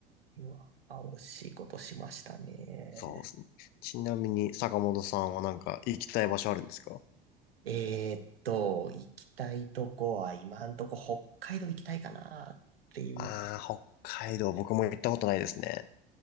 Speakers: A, on the right; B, on the left.
A: うわ、あ、惜しいことしましたね。
B: そうですねちなみに、坂本さんはなんか行きたい場所あるんですか
A: えーっと、行きたいとこは今んとこ北海道行きたいかなっていう。
B: ああ、北海道、僕も行ったことないですね。